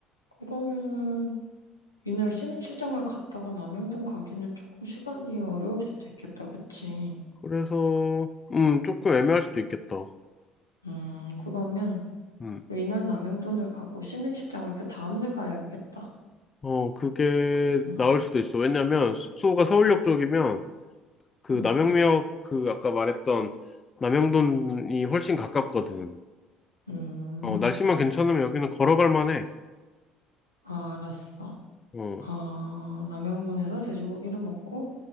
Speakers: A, on the left (about 85°); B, on the left (about 30°).
A: 그러면은, 이날 신흥시장을 갔다가 남영동 가기는 조금 시간이 어려울 수도 있겠다, 그치?
B: 그래서, 음, 조금 애매할 수도 있겠다.
A: 음, 그러면...
B: 음,
A: 이날 남영돈을 가고 신흥시장을 그 다음날 가야겠다.
B: 어, 그게
A: 응.
B: 나을 수도 있어. 왜냐면 숙소가 서울역 쪽이면 그
A: 응,
B: 남영미역 그 아까 말했던 남영돈이 훨씬 가깝거든.
A: 음,
B: 어, 날씨만 괜찮으면 여기는 걸어갈 만해.
A: 아, 알았어.
B: 어,
A: 아, 남영돈에서 돼지고기를 먹고,